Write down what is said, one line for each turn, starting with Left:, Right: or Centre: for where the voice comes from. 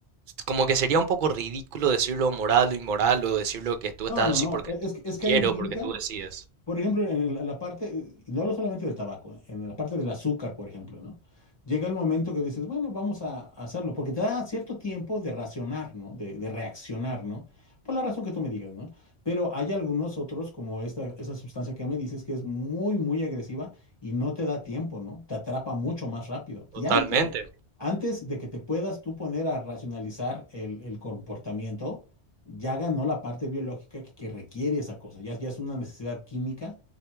Right: como que sería un poco ridículo decirlo moral o inmoral o decirlo que tú
Left: No,
Right: estás
Left: no,
Right: así
Left: no.
Right: porque
Left: e- Es, que- es
Right: tú
Left: que
Right: quiero,
Left: ahí brincan.
Right: porque tú decides.
Left: Por ejemplo, en la la parte, eh, y no hablo solamente del tabaco, en la parte del azúcar, por ejemplo, ¿no? Llega el momento que dices, bueno, vamos a, a hacerlo, porque te da cierto tiempo de racionar, ¿no? De, de reaccionar, ¿no? Por la razón que tú me digas, ¿no? Pero hay algunos otros, como esta, esa sustancia que me dices, que es muy, muy agresiva y no te da tiempo, ¿no? Te atrapa mucho más rápido. Y
Right: Totalmente.
Left: antes antes de que te puedas tú poner a racionalizar el, el comportamiento, ya ganó la parte biológica que, que requiere esa cosa. Ya, ya es una necesidad química